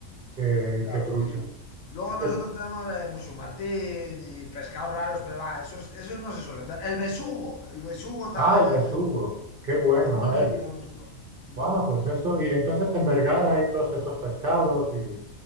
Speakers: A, on the right (about 50°); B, on the left (about 75°).
A: que,
B: Claro,
A: que trucha.
B: sí. Luego
A: Que-
B: nosotros tenemos eh, musumartín y pescados raros, pero va, esos, esos no se suelen ver. El besugo, el besugo también
A: Ah, el besugo.
B: es,
A: Qué bueno,
B: es muy
A: maestro.
B: típico nuestro. Mm.
A: Ah, pues eso. Y entonces en Vergara hay todos esos pescados y,